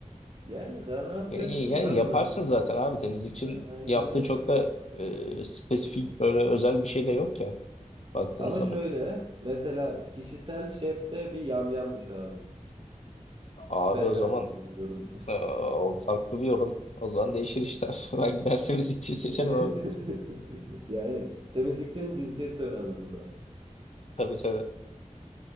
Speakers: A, on the right; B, on the left.
A: Yani daha ne yapacaksın
B: E, Yani
A: ki abi
B: yaparsın
A: zaten?
B: zaten abi temizlikçinin
A: Ha, aynen
B: yaptığı
A: öyle.
B: çok da e, spesifik böyle özel bir şey de yok ya baktığın
A: Ama
B: zaman.
A: şöyle mesela kişisel şefte bir yamyammış abi.
B: Abi
A: Ben
B: o
A: katılıyorum.
B: zaman e, o farklı bir yorum. O zaman değişir işler. <laughs> Ben gider temizlikçiyi seçerim
A: <laughs>
B: abi.
A: Yani temizlikçinin cinsiyeti de önemli burada.
B: Tabii tabii.